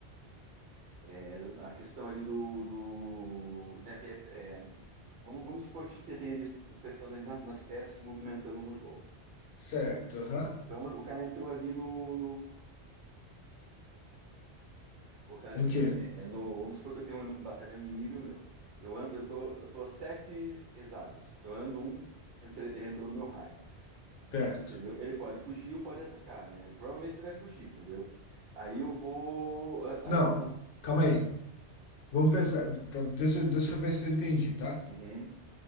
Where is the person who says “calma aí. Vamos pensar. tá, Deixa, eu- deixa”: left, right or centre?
Left